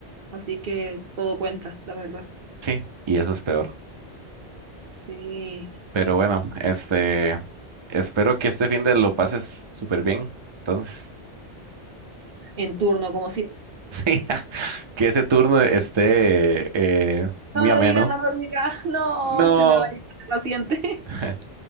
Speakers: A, on the right (about 55°); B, on the right (about 40°).
A: Así que todo cuenta, la verdad.
B: Sí, y eso es peor.
A: Sí,
B: Pero bueno, este, espero que este fin de lo pases súper bien. Entonces,
A: en turno, como si
B: <laughs> sí, que ese turno esté eh, muy
A: no lo
B: ameno.
A: digas, no lo digas, no,
B: No.
A: se me va a ir el paciente.
B: <laughs>